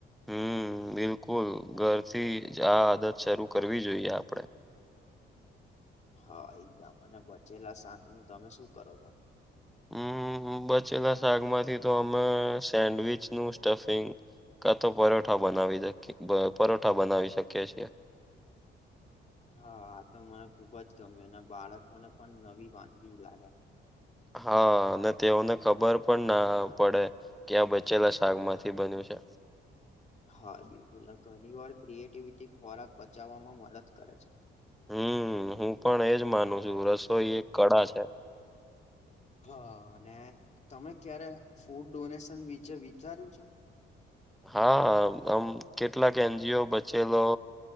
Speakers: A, in the centre; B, on the left.
A: હમ બિલકુલ ઘરથી આ આદત શરૂ કરવી જોઈએ આપડે.
B: હા એકદમ. અને બચેલા શાકનું તમે શું કરો છો?
A: અમ બચેલા શાકમાંથી તો અમે સેન્ડવીચનું સ્ટફિંગ કા તો પરોઠા બનાવી શકી, પરોઠા બનાવી શકીએ છીએ.
B: હા આ તો મને ખુબ જ ગમ્યું. અને બાળકોને પણ નવી વાનગી જ લાગે.
A: હહ અને તેઓને ખબર પણ ના પડે. કે આ બચેલા શાકમાંથી બન્યું છે.
B: હા બિલકુલ. ને ઘની વાર ક્રિએટિવિટી ખોરાક બચાવવામાં મદદ કરે છે.
A: હમ હું પણ એજ માનું છું. રસોઈ એક કળા છે.
B: હા અને તમે ક્યારે ફૂડ ડોનેશન વિચે વિચાર્યું છે?
A: હા આમ કેટલાક એનજીઓ બચેલો.